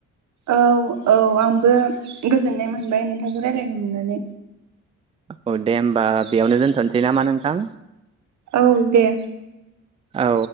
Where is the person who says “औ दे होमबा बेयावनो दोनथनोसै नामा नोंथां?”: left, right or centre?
Right